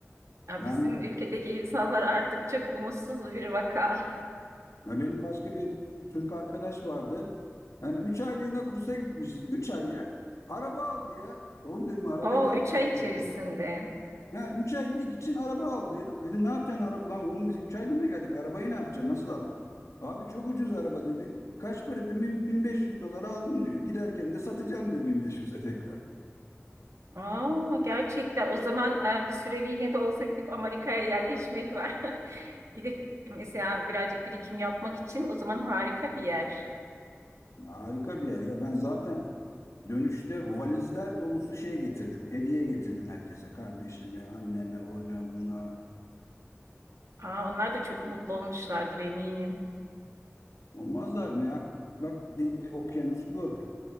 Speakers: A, on the right (about 75°); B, on the left (about 80°).
A: Ya
B: Yani
A: bizim ülkedeki insanlar artık çok umutsuz bir vaka.
B: Ya benim başka bir Türk arkadaş vardı. Yani 3 aylığına kursa gitmişiz. 3 ay ya. Araba aldı ya. Oğlum dedim arabayı
A: O
B: ne yapacaksın?
A: 3 ay içerisinde.
B: dedim. Ha, 3 aylık için araba aldı ya. Dedim ne yapacaksın araba lan oğlum biz 3 aylığına geldik. Arabayı ne yapacaksın? Nasıl al? Abi çok ucuz araba dedi. Kaç para dedim? Bin- 1500 dolara aldım diyor. Giderken de satacağım diyor 1500'e tekrar.
A: Aa, gerçekten o zaman e, bir süreliğine de olsa gidip Amerika'ya yerleşmek var. <laughs> Gidip mesela birazcık birikim yapmak için o zaman harika bir yer.
B: Harika bir yer ya. Ben zaten Dönüşte valizler dolusu şey getirdim. Hediye getirdim herkese. Kardeşime, anneme, ona, buna.
A: Aa, onlar da çok mutlu olmuşlardır eminim.
B: Olmazlar mı ya? Bak de- okyanus bu.